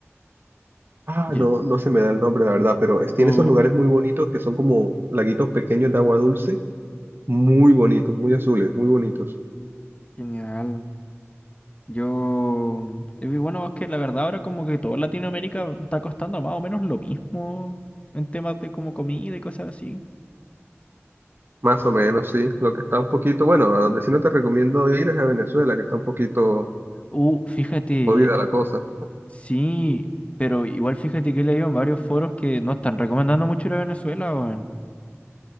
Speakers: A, on the right; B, on the left.
A: Ah,
B: Ye-
A: no, no se me da el nombre, la verdad, pero es- tiene
B: Oh,
A: esos lugares muy bonitos que son como laguitos pequeños de agua dulce, muy bonitos, muy azules, muy bonitos.
B: genial. Yo, eh, bueno, es que la verdad ahora como que toda Latinoamérica está costando más o menos lo mismo en temas de como comida y cosas así.
A: Más
B: <laughs> Ye-
A: o menos, sí. Lo que está un poquito, bueno, a donde sí no te recomiendo ir es a Venezuela, que está un poquito
B: Uh, fíjate.
A: jodida la cosa.
B: Sí, pero igual fíjate que he leído en varios foros que no están recomendando mucho ir a Venezuela, weón.